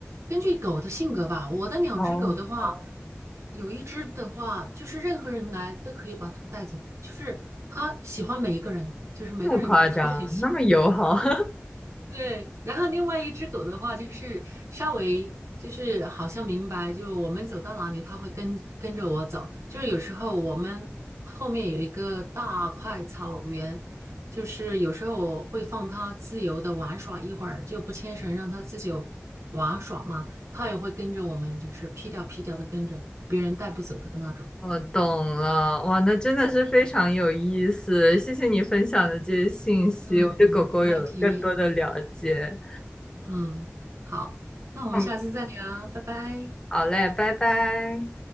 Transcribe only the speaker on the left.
哦，
那么夸张，
那么友好，<laughs>
我懂了，哇，那真的是非常有意思，谢谢你分享的这些信息，
我对狗狗有了更多的了解。
嗯，
好嘞，拜拜。